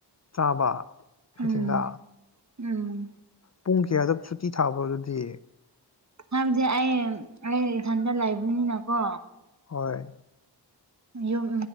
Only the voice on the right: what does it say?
ꯎꯝ ꯎꯝ
ꯍꯥꯏꯕꯗꯤ ꯑꯩ ꯑꯩ ꯏꯊꯟꯗ ꯂꯩꯕꯅꯤꯅꯀꯣ
ꯌꯨꯝ